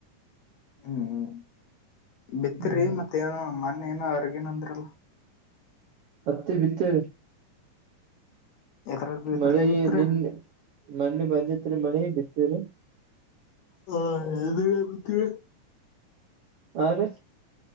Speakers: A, on the left; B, on the right.
A: ಹ್ಮ್ ಬಿತ್ತರಿ
B: ಹ್ಮ್
A: ಮತ್ತೆ ಏನ ಮೊನ್ನ ಏನ ಅವರ್ಗೇನ ಅಂದ್ರಲ್ಲ.
B: ಹತ್ತೆ ಬಿತ್ತ ರ.
A: ಎದ್ರಾಗ ಬಿದ್ರಲೇ
B: ಮಳಿ
A: ಬಿತ್ರಿ
B: ನಿನ್ ಮೊನ್ನಿ ಬಂದಿತ್ರಿ ಮಳಿ ಬಿತ್ತೀವರಿ
A: ಹಾ ದ ಹೇಳ ಬಿತ್ <unintelligible>
B: ಹಾ ರೀ